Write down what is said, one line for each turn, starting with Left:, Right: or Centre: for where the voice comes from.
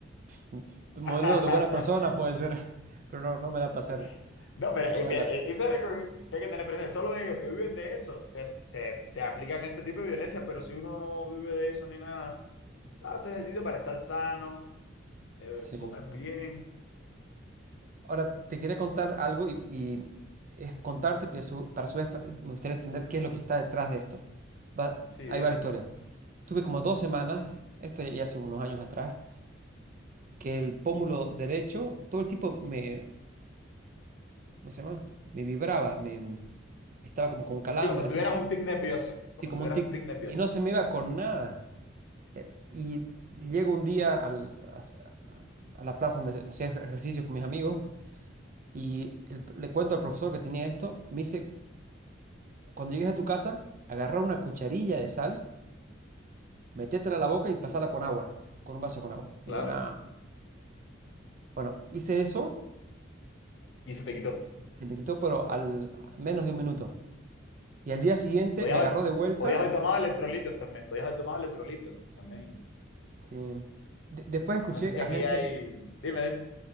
Right: <laughs> Modelo
Left: <laughs>
Right: de buena persona puede ser, <laughs> pero no, no me da para hacer.
Left: Sí. No, pero,
Right: No
Left: eh,
Right: me da
Left: pero,
Right: la...
Left: eh, eso es algo que que hay que tener presente. Solo ellos que viven de eso se, se, se aplican ese tipo de violencias, pero si uno no vive de eso ni nada, hacer ejercicio para estar sano eh,
Right: Sí.
Left: comer bien.
Right: Ahora te quería contar algo y, y es contarte, pero a su- para a su vez para- me gustaría entender qué es lo que está detrás de esto. Va-
Left: Sí,
Right: ahí
Left: dime.
Right: va la historia. Tuve como dos semanas, esto ya ya hace unos años atrás, que el pómulo derecho, todo el tipo me, ¿cómo se llama? Me vibraba, me estaba como con calambre,
Left: Sí, como si
Right: así,
Left: tuvieras
Right: se-
Left: un tic nervioso. Como
Right: así como
Left: si tuvieras
Right: un tic,
Left: un tic nervioso.
Right: y no se me iba con nada. Eh, Y llego un día al- a, a la plaza donde hacía ejercicios con mis amigos y el- le cuento al profesor que tenía esto, y me dice Cuando llegues a tu casa, agarra una cucharilla de sal, métetela a la boca y pasala con agua, con un vaso con agua. Digo,
Left: Claro.
Right: nada. Bueno, hice eso,
Left: Y se te quitó.
Right: se me quitó, pero al a menos de un minuto. Y al día siguiente
Left: Podías
Right: me agarró
Left: haber,
Right: de vuelta.
Left: podías haber tomado electrolitos también. Podías haber tomado electrolitos también.
Right: Sí. De- después escuché
Left: Yo No sé si
Right: a
Left: aquí
Right: gente,
Left: hay. Dime, dime.